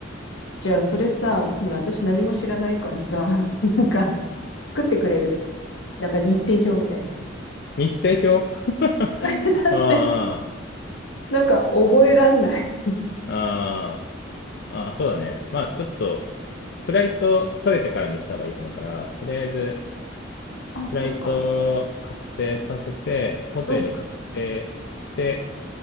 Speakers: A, on the left (about 80°); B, on the left (about 60°).
A: じゃあそれさ、ほら、私何も知らないからさ、<laughs> なんか、作ってくれる。なんか日程表みたいなの。
B: 日程表 <laughs>
A: <laughs> だって、
B: あ
A: なんか覚えらんない。
B: あ、ああ、ああ、そうだね。まあ、ちょっと、フライト取れてからにした方がいいと思うから、とりあえず、
A: あ、
B: フライト確定させて、
A: そっか。
B: ホテル確定して
A: うん。